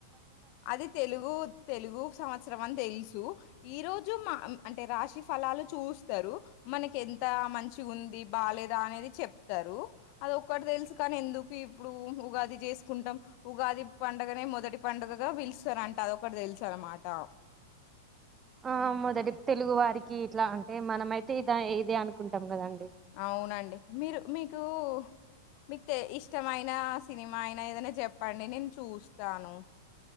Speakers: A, on the left; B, on the right.
A: అది తెలుగు తెలుగు సంవత్స అని తెలుసు ఈ రోజు మా అంటే రాశి ఫలాలు చూస్తరు. మనక ఎంత మంచిగ్ ఉంది బాలేదా అనేది చెప్తారు. అది ఒటి తెలుసు కానీ ఎందుకు ఇప్పుడు ఉగా చేసుకుంటాం ఉగాది పంట పండుగనే మొదటి పండుగగా పిలుస్తారంట. అదొకటి తెలుస అనమాట.
B: ఆ మొదటి తెలుగు వారికి ఇట్లా అంటే మనమయితే ఇద ఇదే అనుకుంటాం కదండి.
A: అవునండి మీరు మీకు మీకు తె ఇష్టమైన సినిమా అయినా ఏదైనా చెప్పండి నేను చూస్తాను.